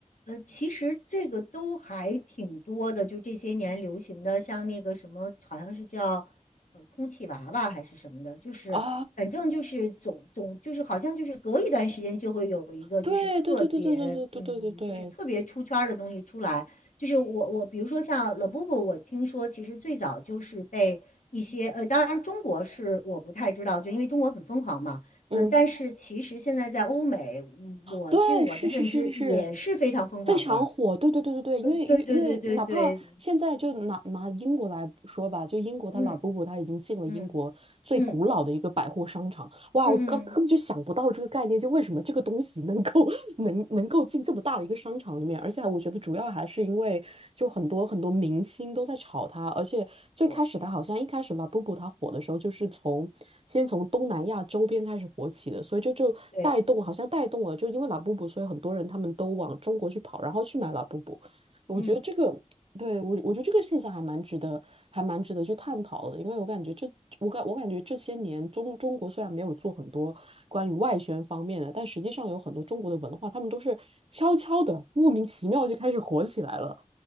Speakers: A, on the left (about 75°); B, on the right (about 50°).
A: 呃，其实这个都还挺多的，就这些年流行的，像那个什么，好像是叫呃空气娃娃还是什么的，就是反正就是总总就是好像就是隔一段时间就会有一个就是特别嗯就是特别出圈儿的东西出来，
B: 啊，对对对对对对对对对对对，
A: 就是我我比如说像 Labubu，我听说其实最早就是被一些呃，当然中国是我不太知道，就因为中国很疯狂嘛。
B: 嗯，
A: 嗯，但是其实现在在欧美，嗯我据我的认知也是非常疯狂的。
B: 对，是是是是是非常火，对对对对对，因为因为因为哪怕现在就拿拿英国来说吧，
A: 对对对对对，
B: 就英国它拉布布它已经进了英国最古老的一个百货商场，
A: 嗯嗯嗯
B: 哇，
A: 嗯嗯，
B: 我刚根本就想不到这个概念，就为什么这个东西能够 <laughs> 能能够进这么大的一个商场里面，而且我觉得主要还是因为就很多很多明星都在炒它，而且最开始它好像一开始
A: 对
B: Labubu 它火的时候，就是从先从东南亚周边开始火起的，所以就就带动好像带动了，
A: 对，
B: 就因为 Labubu，所以很多人他们都往中国去跑，然后去买 Labubu。我觉得这个。
A: 嗯。
B: 对，我我觉得这个现象还蛮值得，还蛮值得去探讨的，因为我感觉这，我感我感觉这些年中中国虽然没有做很多关于外宣方面的，但实际上有很多中国的文化，他们都是悄悄的、莫名其妙就开始火起来了。